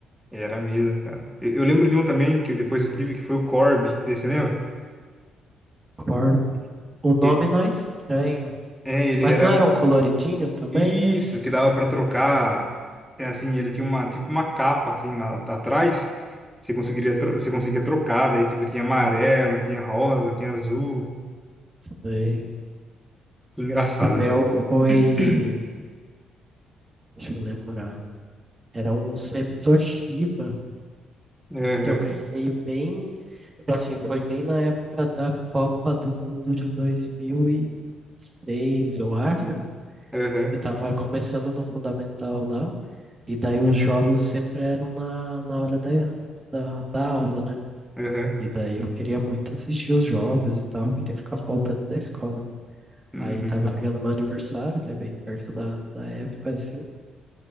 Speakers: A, in the centre; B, on the right (about 25°).
A: Era mesmo, cara. Eu, eu lembro de um também que depois eu tive, que foi o Corby. Você lembra?
B: Cor- O nome
A: E-
B: não é estranho,
A: é, ele
B: mas
A: era
B: não era
A: um.
B: um coloridinho também,
A: Isso,
B: esse?
A: que dava pra trocar. É assim, ele tinha uma, tipo, uma capa assim lá, tá atrás. Você conseguiria, tro- você conseguia trocar, daí tipo, tinha amarelo, tinha rosa, tinha azul.
B: Sei.
A: Engraçado,
B: O meu
A: né?
B: foi,
A: <clears throat>
B: deixa eu lembrar, era um sempre Toshiba.
A: Aham,
B: Eu ganhei bem, tipo assim, foi bem na época da Copa do Mundo de dois mil e seis eu acho.
A: aham,
B: Eu tava começando no fundamental lá, e daí os jogos sempre eram na, na hora da, da, da aula, né?
A: aham.
B: E daí eu queria muito assistir os jogos e tal, queria ficar faltando da escola.
A: uhum.
B: Aí tava chegando meu aniversário, que é bem perto da, da época, assim,